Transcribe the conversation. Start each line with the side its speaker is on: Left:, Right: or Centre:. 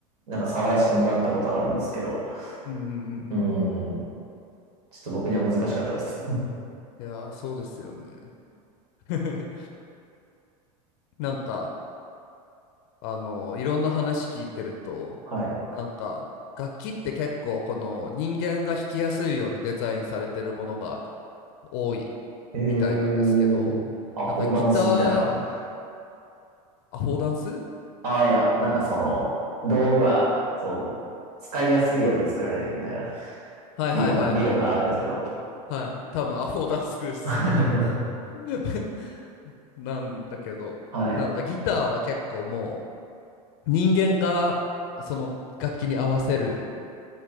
Right: なんか触らせてもらったことあるんですけど、
Left: うんうんうんうんうんうん。
Right: うーん、ちょっと僕には難しかったです。
Left: いやー、そうですよね。<laughs> なんか、あの、いろんな話聞いてると、
Right: <laughs> はい。
Left: なんか、楽器って結構この人間が弾きやすいようにデザインされてるものが多い
Right: えー、
Left: みたいなんですけど、
Right: あ、
Left: なんかギタ
Right: フォーダンスみたいな。
Left: ー、アフォーダンス
Right: ああ、いや、なんかその、道具は、そう、使いやすいように作られてるみたいな
Left: はいはいはいはいは
Right: 理論、理論があるんですけど。
Left: い。はい。多分アフォーダンスです。
Right: <laughs> は
Left: <laughs> なんだけど、
Right: い。
Left: なんかギターは結構もう人間がその楽器に合わせる